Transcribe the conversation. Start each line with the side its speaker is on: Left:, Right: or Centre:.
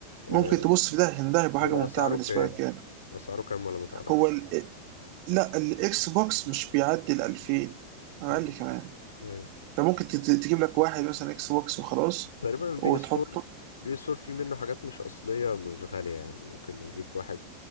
Left: أه
Right: ممكن تبص في ده عشان ده هيبقى
Left: هو
Right: حاجه ممتعه
Left: اسعاره
Right: بالنسبه
Left: كام
Right: لك يعني
Left: اسعاره كام ولا ما تعرفش
Right: هو ال... لا الاكس بوكس مش بيعدي ال 2000 اقل
Left: امم
Right: كمان
Left: ايوه
Right: انت ممكن تت- تجيب لك واحد مثلا اكس بوكس وخلاص
Left: تقريبا البي
Right: وتحطه
Left: اس 4 البي اس 4 في منه حاجات مش اصليه مش غاليه يعني ممكن نجيب واحد